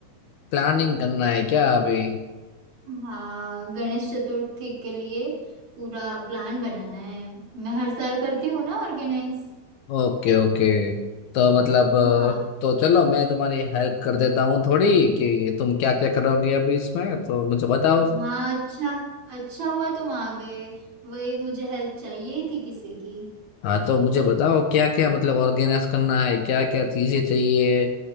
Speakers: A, on the left; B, on the right.
A: प्लानिंग करना है क्या अभी
B: हाँ गणेश चतुर्थी के लिए पूरा प्लान बनाना है मैं हर साल करती हूँ ना ऑर्गेनाइज
A: Okay okay तो मतलब अ,
B: हाँ
A: तो चलो मैं तुम्हारी हेल्प कर देता हूँ थोड़ी कि तुम क्या क्या करोगे अभी इसमें तो मुझे बताओ
B: हाँ अच्छा अच्छा हुआ तुम आ गए वही मुझे हेल्प चाहिए ही थी किसी की
A: हाँ तो मुझे बताओ क्या क्या मतलब ऑर्गेनाइज करना है क्या क्या चीजें चाहिए